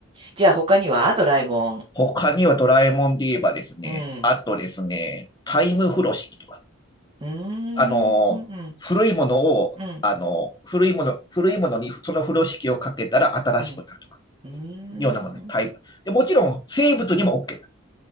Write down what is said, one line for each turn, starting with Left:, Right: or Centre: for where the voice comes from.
Right: じゃあ他にはドラえもん。
Left: 他にはドラえもんで言えばですね、
Right: うん。
Left: あとですね、タイム風呂敷とか、
Right: うーん。
Left: あの、
Right: うん。
Left: 古いものを、
Right: うん。
Left: あの、古いもの、古いものにその風呂敷をかけたら新しくなるとか、
Right: うん。うーん。
Left: ようなものね、タイム。で、もちろん生物にも OK だね。